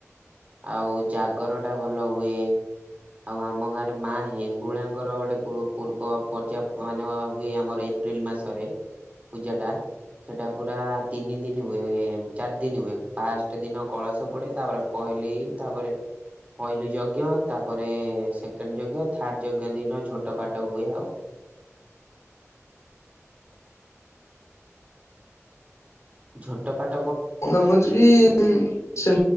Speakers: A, on the right; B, on the left.
A: ଆଉ ଜାଗର ଟା ଭଲ ହୁଏ ଆଉ ଆମ ଗାଁରେ ମା ହେଙ୍ଗୁଳାଙ୍କର ଗୋଟେ ପୂର୍ବ ପର୍ଯ୍ୟାପ୍ତ ମାନେ ହୁଏ ଆମର ଏପ୍ରିଲ ମାସରେ ପୂଜା ଟା ସେଟା ପୁରା ତିନି ଦିନ ହୁଏ ଚାରି ଦିନ ହୁଏ ପାଞ୍ଚ ଦିନ କଳସ ସବୁେ ତା କହିଲି ତାପରେ ପହିଲି ଯଜ୍ଞ ତାପରେ ସେକେଣ୍ଡ ଯଜ୍ଞ ଥାର୍ଡ ଯଜ୍ଞ ଦିନ ଝୋଟପାଟ ହୁଏ ଆଉ। ଝୋଟପଟ
B: ସମ ବି ସେ